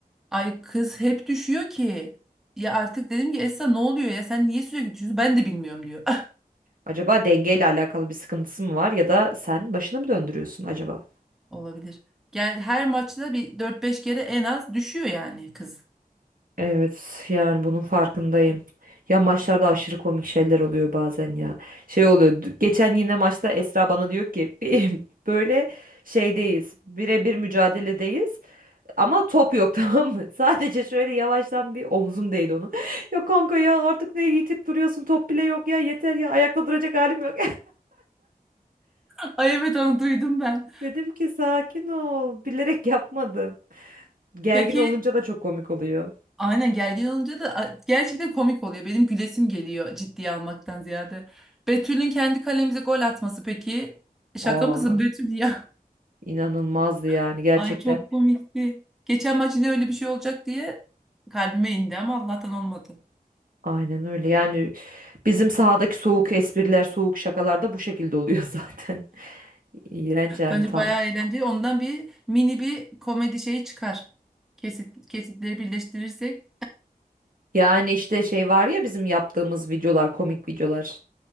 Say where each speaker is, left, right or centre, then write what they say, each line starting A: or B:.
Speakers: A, in the centre; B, on the right (about 65°).
A: Ay kız hep düşüyor ki. Ya artık dedim ki Esra ne oluyor ya sen niye sürekli düşüyorsun? Ben de bilmiyorum diyor.
B: Acaba dengeyle alakalı bir sıkıntısı mı var ya da sen başını mı döndürüyorsun acaba?
A: <laughs> Olabilir. Yani her maçta bir dört beş kere en az düşüyor yani kız.
B: Evet yani bunun farkındayım. Ya maçlarda aşırı komik şeyler oluyor bazen ya. Şey oluyor. d- Geçen yine maçta Esra bana diyor ki <laughs> "Bir- böyle şeydeyiz. Birebir mücadeledeyiz. Ama top yok <laughs> tamam mı? Sadece şöyle yavaştan bir omzum değdi onu. <laughs> Ya kanka ya artık ne yitip duruyorsun? Top bile yok ya yeter ya ayakta duracak halim yok.
A: <laughs> Ay evet onu duydum ben.
B: <laughs> Dedim ki sakin ol. Bilerek yapmadım. Gergin
A: Peki
B: olunca da çok komik oluyor.
A: aynen gergin olunca da a- gerçekten komik oluyor. Benim gülesim geliyor ciddiye almaktan ziyade. Betül'ün kendi kalemize gol atması peki. Şaka
B: Aa,
A: mısın Betül ya?
B: inanılmazdı yani
A: <laughs>
B: gerçekten.
A: Ay çok komikti. Geçen maç yine öyle bir şey olacak diye kalbime indi ama Allah'tan olmadı.
B: Aynen öyle yani Bizim sahadaki soğuk espriler, soğuk şakalar da bu şekilde oluyor <laughs> zaten. İğrenç yani
A: Bence
B: tam.
A: bayağı eğlenceli. Ondan bir mini bir komedi şeyi çıkar. Kesit, kesitleri birleştirirsek.
B: Yani işte şey var ya bizim yaptığımız videolar, komik videolar.